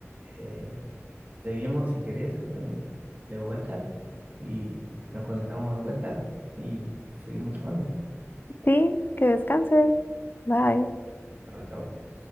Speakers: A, on the right (about 35°); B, on the left (about 45°).
A: eh, seguimos si querés eh, de vuelta y nos conectamos de vuelta y seguimos charlando.
B: Sí, que descanses. Bye.
A: Chao, chao.